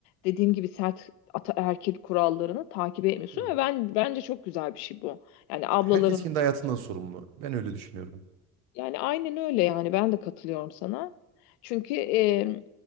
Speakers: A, on the left (about 70°); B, on the right (about 65°).
A: dediğim gibi sert ataerkil kurallarını takip etmiyorsun.
B: Yok.
A: Ve ben bence çok güzel bir şey bu. Yani ablaların
B: Ya Herkes kendi hayatından sorumlu. Ben öyle düşünüyorum.
A: yani aynen öyle yani ben de katılıyorum sana. Çünkü e,